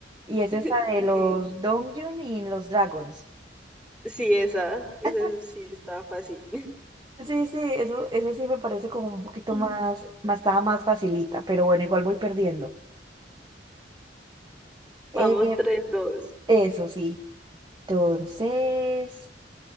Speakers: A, on the right; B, in the centre.
A: y es
B: <laughs>
A: esa de
B: Sí,
A: los Donjun y los Dragons.
B: sí, esa. Esa
A: <laughs>
B: sí estaba fácil.
A: Sí, sí, eso, ese sí me parece como un poquito
B: <laughs>
A: más, más, estaba más facilita, pero bueno, igual voy perdiendo.
B: Vamos,
A: Eh,
B: tres dos
A: eso sí. Entonces...